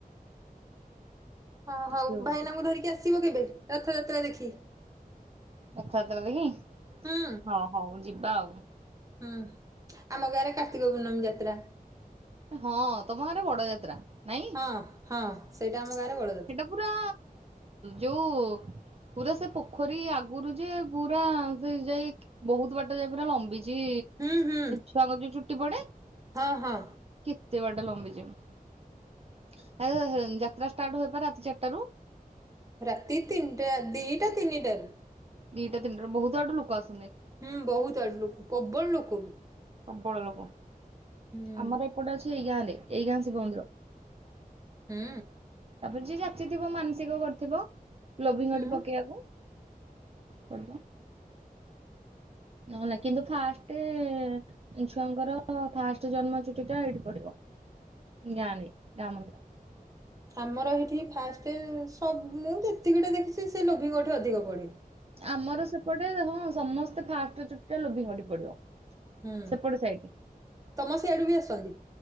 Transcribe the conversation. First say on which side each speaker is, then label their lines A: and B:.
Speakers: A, on the right; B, on the right.
A: ହଁ
B: ଏଠି
A: ହଉ
B: ହଉଛି
A: ଭାଇନାଙ୍କୁ ଧରିକି ଆସିବ କେବେ ରଥଯାତ୍ରା ଦେଖି।
B: ରଥଯାତ୍ରା ଦେଖି
A: ହୁଁ
B: ହଁ ହଉ ଯିବା ଆଉ।
A: ହୁଁ ଆମ ଗାଁରେ କାର୍ତ୍ତିକ ପୂର୍ଣ୍ଣମୀ ଯାତ୍ରା।
B: ହଁ ତମ ଗାଁରେ ବଡ ଯାତ୍ରା ନାଇଁ?
A: ହ ହଁ ସେଇଟା ଆମ ଗାଁରେ ବଡ଼
B: ସେଟା ପୁରା ଯୋଉ ପୁରା ସେ ପୋଖରୀ ଆଗରୁ ଯେ ପୁରା ସେ ଯାଇକ୍ ବହୁତ ବାଟ ଯାଇ ପୁରା ଲମ୍ବି ଚି
A: ହୁଁ ହୁଁ
B: ଛୁଆଙ୍କ ଯୋଉ ଚୁଟି ପଡେ
A: ହଁ ହଁ।
B: କେତେ ବାଟ ଲମ୍ବିଚି <unintelligible> ଯାତ୍ରା ଷ୍ଟାର୍ଟ ହୁଏ ପା ରାତି ଚାରିଟା ରୁ?
A: ରାତି ତିନିଟା ଦିଟା ତିନିଟାରୁ।
B: ଦିଟା ତିିନିଟା ରୁ ବହୁତ ଆଡୁ ଲୋକ ଆସ୍
A: ହୁଁ ବହୁତ ଆଡୁ ଲୋକ ପବଳ ଲୋକ ବି
B: ପ୍ରବଳ ଲୋକ।
A: ହୁଁ
B: ଆମର ଏପଟେ ଅଛି ଏଇ ଗାଁ ରେ ଏଇ ଗାଁ ଶିବ ମନ୍ଦିର।
A: ହୁଁ।
B: ତାପରେ ଯିଏ ଯାଚିଥିବ ମାନସିକ କରିଥିବ ଲୋଭିଙ୍ଗ
A: ହୁଁ।
B: ପକେଇବାକୁ। କଲ ନହେଲେ କିନ୍ତୁ ଫାଷ୍ଟ ଛୁଆଙ୍କର ଫାଷ୍ଟ ଜନ୍ମ ଚୁଟି ଟା ଏଠି ପଡିବ ଗାଁ ରେ ଗାଁ ମନ୍ଦିର
A: ଆମର ଏଇଠି ଫାଷ୍ଟ ସବୁ ମୁଁ ଯେତିକିଟା ଦେଖିଛି ସେ ଲୋଭିଙ୍କଠି ଅଧିକ ପଡ଼େ।
B: ଆମର ସେପଟେ ହଁ ସମସ୍ତେ ଫାଷ୍ଟ ଚୁଟିା ଲୋଭି ଘଡି ପଡିବ।
A: ହୁଁ
B: ସେପୋଟ ସାଇଡ
A: ତମ ସିଆଡୁ ବି ଆସନ୍ତି